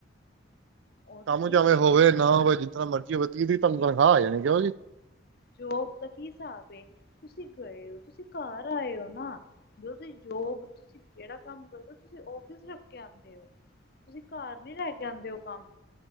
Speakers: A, on the left; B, on the right.
A: ਉਹ ਤੇ
B: ਕੰਮ
A: ਠੀਕ
B: ਚਾਵੇਂ
A: ਹੈ
B: ਹੋਵੇ ਨਾ
A: ਹੁਣ ਤੁਸੀਂ
B: ਹੋਵੇ ਜਿਸ ਤਰ੍ਹਾਂ ਮਰਜ਼ੀ ਹੋਵੇ ਤੀਹ ਤਰੀਖ ਤਨਖਾਹ ਆ ਜਾਣੀ ਕਿਉ ਜੀ-
A: ਜੋਬ ਦਾ ਕੀ ਹਿਸਾਬ ਏ ਤੁਸੀਂ ਗਏ ਹੋ ਤੁਸੀਂ ਘਰ ਆਏ ਹੋ ਨਾ- ਜੋਬ ਤੁਸੀਂ ਕਿਹੜਾ ਕੰਮ ਕਰਦੇ ਤੁਸੀਂ ਉਫਿਸ ਰੱਖ ਕੇ ਆਉਂਦੇ ਹੋ- ਤੁਸੀਂ ਘਰ ਨੀ ਲੈ ਕੇ ਆਉਂਦੇ ਉਹ ਕੰਮ-